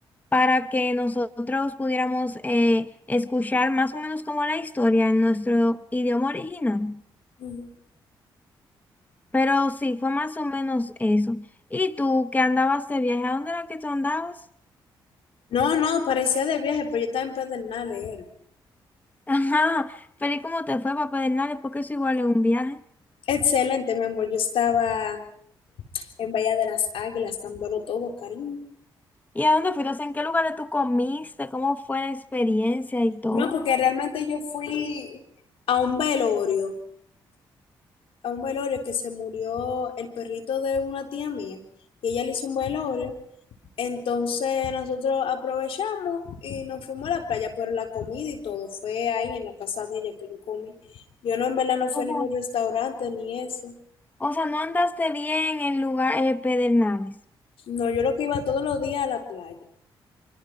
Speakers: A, on the left (about 15°); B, on the left (about 70°).
A: para que nosotros pudiéramos eh, escuchar más o menos como la historia en nuestro idioma original.
B: Ujú.
A: Pero sí, fue más o menos eso. ¿Y tú qué andabas de viaje? ¿A dónde era que tú andabas?
B: No, no, parecía de viaje, pero yo estaba en Pedernales, era.
A: Ajá, pero ¿y cómo te fue, Papá Hernández? Porque eso igual es un viaje.
B: Excelente, mi amor. Yo estaba en Bahía de las Águilas, dándolo todo, cariño.
A: ¿Y a dónde fuiste? O sea, ¿en qué lugares tú comiste? ¿Cómo fue la experiencia y todo?
B: No, porque realmente yo fui a un velorio a un velorio que se murió el perrito de una tía mía y ella le hizo un velorio. Entonces nosotros aprovechamos y nos fuimos a la playa, pero la comida y todo fue ahí en la casa de ella que yo comí. Yo no, en verdad no fui
A: O
B: a
A: sea,
B: ningún restaurante ni eso.
A: o sea, no andaste bien en lugar eh, Pedernales.
B: No, yo lo que iba todos los días a la playa